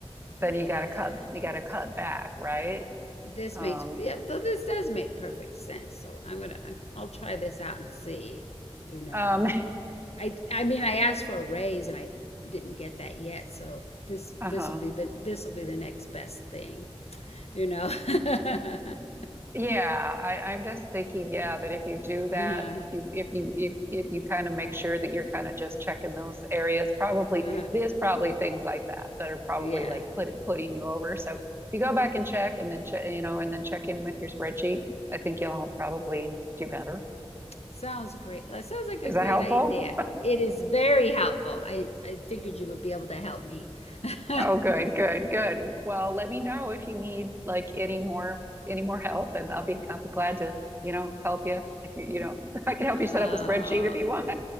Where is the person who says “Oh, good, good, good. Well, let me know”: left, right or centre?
Right